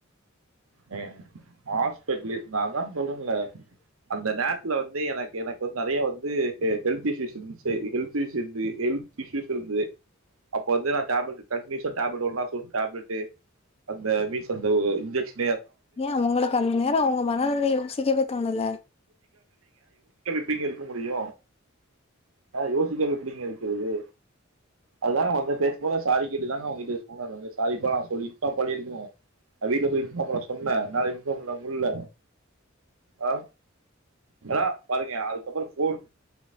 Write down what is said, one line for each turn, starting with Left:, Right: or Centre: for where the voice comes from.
Right: நே ஹாஸ்பிட்லு நான்தா சொல்றன்ல்ல அந்த நேரத்துல வந் ந்து எனக்கு எனக்கு வந்து நெறைய வந்து இது ஹெல்த் இஸ்யூஸ் இருந்துச்சி ஹெல்த் இஸ்யூ <unintelligible> ஹெல்த் இஸ்யூஸ் இருந்துது அப்ப வந்து நா டேப்லெட்டு கண்டினியூஸா டேப்லெட்டு ஒரு <unintelligible> டேப்லட்டு அந்த வீஸ் அந்த ஓ இன்ஜெக்ஸ்
Left: ஏ உங்களுக்கு அந்த நேரோ அவங்க மனநிலைய யோசிக்கவே தோணல
Right: எப்டிங்க இருக்க முடியு அ யோசிக்க எப்டிங்க இருக்கறது அதுதாங்க வந்து பேசம்போ சாரி கேட்டுதாங்க அவங்ககிட்ட இத சொன்னது வந்து சாரிப்பா நா சொல்லிட் தா பண்ணிருக்கணு அவ வீட்டு போய் இன்ஃபார்ம் பண்ண சொன்னே நா இன்பார் பண்ண முட்ல ஆ ஆ பாருங்க அதுக்கப்புறோ ஃபோன்